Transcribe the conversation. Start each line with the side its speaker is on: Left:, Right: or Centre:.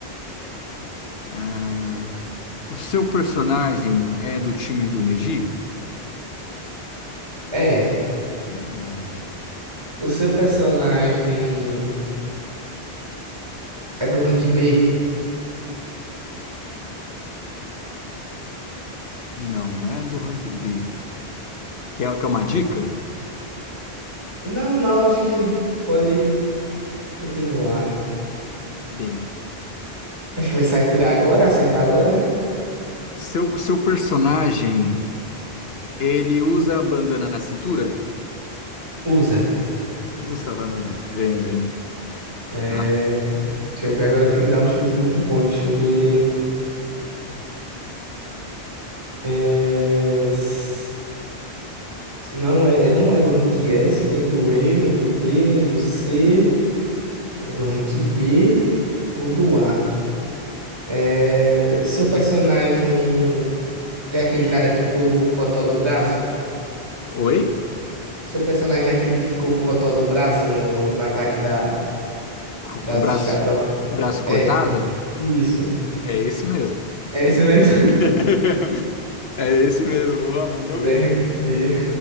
Left: Ah, o seu personagem é do time do Neji?
Right: É.
Left: Do time
Right: O seu
Left: do
Right: personagem
Left: Neji.
Right: é do rank B?
Left: Não, não é do rank B. Quer, quer uma dica?
Right: Não, não, acho que pode continuar.
Left: Bem,
Right: Acho que vai sair, tirar agora, acertar agora.
Left: Seu, seu personagem, ele usa a bandana na cintura?
Right: Usa.
Left: Usa a bandana. Vem, vem.
Right: É,
Left: Tá.
Right: deixa eu ver, agora eu tenho que dar um chute muito bom. Deixa eu ver. É, s- não é, é- não é do rank S, nem do E, nem do B, nem do C. É do rank D ou do A. É, seu personagem é aquele cara que ficou o cotó do braço?
Left: Oi?
Right: Seu personagem é aquele que ficou o cotó do braço no, no, no ataque da,
Left: Com,
Right: das
Left: com o braço,
Right: estátuas lá?
Left: braço cortado?
Right: É, isso.
Left: É esse mesmo.
Right: É esse mesmo.
Left: <laughs> É esse mesmo, boa, mandou
Right: <laughs> Ele
Left: bem.
Right: é rank D.